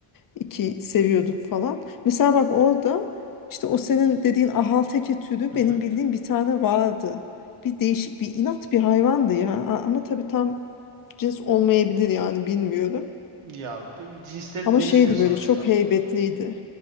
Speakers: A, on the left (about 45°); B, on the right (about 85°).
A: İki seviyorduk falan. Mesela bak orada işte o senin dediğin ahalteke türü
B: hı.
A: benim bildiğim bir tane vardı. Bir değişik bir inat bir hayvandı ya. A- Ama tabii tam cins olmayabilir yani bilmiyorum.
B: Ya b- cinsleri
A: Ama
B: değişiyor
A: şeydi
B: sonuçta.
A: böyle çok heybetliydi.